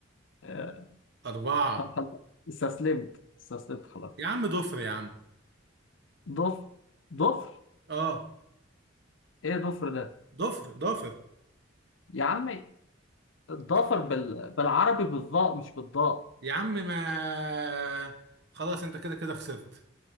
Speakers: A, on the left (about 75°); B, on the right (about 55°).
A: آه...
B: أربعة
A: طب خلاص استسلمت استسلمت خلاص
B: يا عم ضفر يا عم
A: ضفر ضفر
B: اه
A: ايه ضفر ده
B: ضفر ضافر
A: يا عمي الضفر
B: ج-
A: بال... بالعربي بالضاء مش بالضاء
B: يا عم ما خلاص انت كده كده خسرت